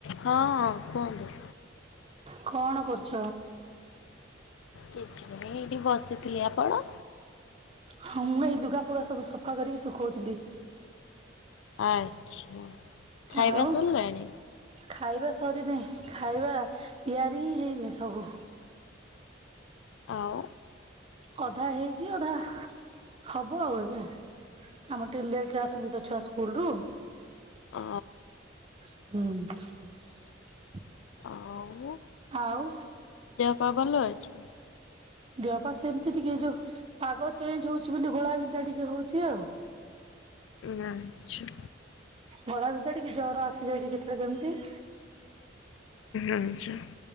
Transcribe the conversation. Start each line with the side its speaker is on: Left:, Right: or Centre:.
Left: ହଁ କୁହନ୍ତୁ।
Right: କଣ କରୁଛ?
Left: କିଛି ନାଇଁ ଏଠି ବସିଥିଲି ଆପଣ?
Right: ହଁ ମୁଁ ଏଇ ଲୁଗା ଫୁଗା ସବୁ ସଫା କରିକି ଶୁଖଉଥିଲି।
Left: ଆଚ୍ଛା ଖାଇବା
Right: ଆଉ
Left: ସରିଲାଣି।
Right: ଖାଇବା ସରିନି ଖାଇବା ତିଆରି ହିଁ ହେଇନି ସବୁ।
Left: ଆଉ।
Right: ଅଧା ହେଇଛି ଅଧା, ହବ ଆଉ ଏବେ। ଆମର ଟିକେ ଲେଟ୍ ରେ ଆସନ୍ତି ତ ଛୁଆ ସ୍କୁଲ ରୁ-
Left: ଅ
Right: ହୁଁ।
Left: ଆ ଉ
Right: ଆଉ
Left: ଦେହପା ଭଲ ଅଛି।
Right: ଦେହ ପାା ସେମିତି ଟିକେ ଯୋଉ ପାଗ ଚେଞ୍ଜ ହଉଛି ବୋଲି ଘୋଳାବିନ୍ଧା ଟିକେ ହଉଛି ଆଉ।
Left: ଆଛା।
Right: ଗଳା ବିିତା ଟିକେ ଜର ଆସିଯାଇଛି କେତେବେଳେ କେମିତି <inaudible>
Left: ଆଛା